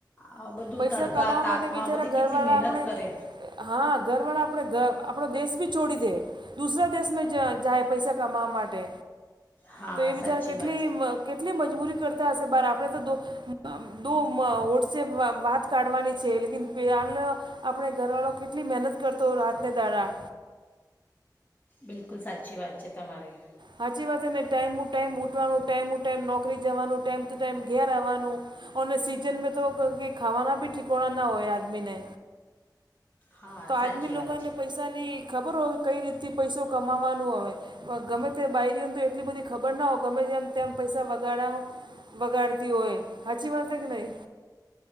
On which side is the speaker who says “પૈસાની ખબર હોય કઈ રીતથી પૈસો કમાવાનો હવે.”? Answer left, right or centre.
Right